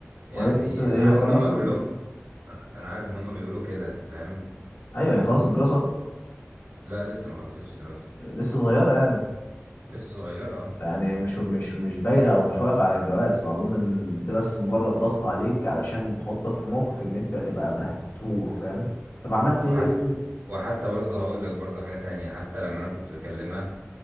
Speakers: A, on the right; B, on the left.
A: يعني
B: وبعدين انتوا هي
A: انا عارف
B: خلصت
A: ان هم كلهم انا عارف ان هم بيقولوا كده فاهم
B: ايوه هي خلصت دراسه
A: لا لسه ما خلصتش دراسة
B: لسه صغيره يعني
A: لسه صغيرة اه
B: يعني مش مش مش بايره او مش واقفه على الجواز فاظن ان ده بس مجرد ضغط عليك علشان تحطك في موقف ان انت تبقى مه- تروح فاهم طب عملت
A: وحتى
B: ايه احكي لي
A: وحتى برضه هقول لك برضه حاجة تانية حتى لما انا كنت بكلمها